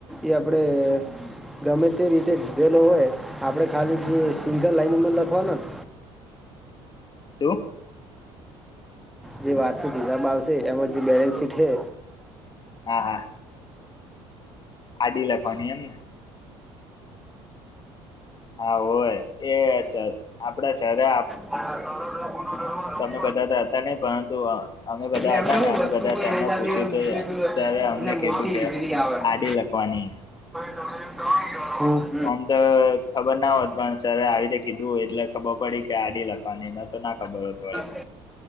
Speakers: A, in the centre; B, on the left.
A: એ આપડે ગમે તે રીતે દીધેલો હોય આપણે ખાલી જે સિંગલ લાાઈનમાં લખવાનો ને
B: <unintelligible>
A: જે વાર્ષિક હિસાબ આવશે એમાં જે બેલેન્સ સીટ છે
B: હા હા આડી લખવાની એમ હા હોય એ સર આપડા સરે
A: પ <unintelligible> હા <unintelligible>
B: તો બધા દાતા ને પરંતુ અમે બધા
A: એમ
B: હતા
A: તો હું
B: ને અમે
A: વસ્તુ
B: બધા
A: કોઈ
B: સરને
A: લઈ જાવી
B: પૂછ્યું
A: હોય મૂકવી
B: તો
A: હોય પેલું
B: સર અમને
A: એટલે
B: કીધું
A: મોટી
B: કે
A: વીરી આવવાની
B: આજ થી લખવાની
A: <inaudible>
B: આમ તો ખબર ના હોત પણ સર આવી રીતે કીધું હો એટલે ખબર પડી કે આડી લખ વાની, અને તો ના ખબર હોય.
A: હ,